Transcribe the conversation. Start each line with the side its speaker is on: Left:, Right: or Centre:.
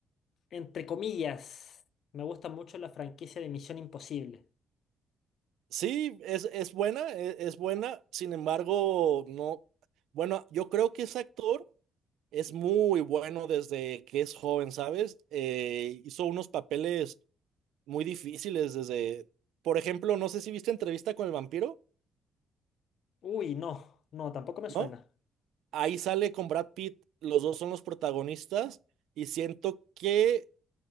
Left: Entre comillas, me gusta mucho la franquicia de Misión Imposible.
Right: Sí, es, es buena, e- es, buena, sin embargo, no. Bueno, yo creo que ese actor es muy bueno desde que es joven, ¿sabes? Eh, hizo unos papeles muy difíciles desde, por ejemplo, no sé si viste Entrevista con el vampiro,
Left: Uy, no, no, tampoco me
Right: ¿no?
Left: suena.
Right: Ahí sale con Brad Pitt, los dos son los protagonistas y siento que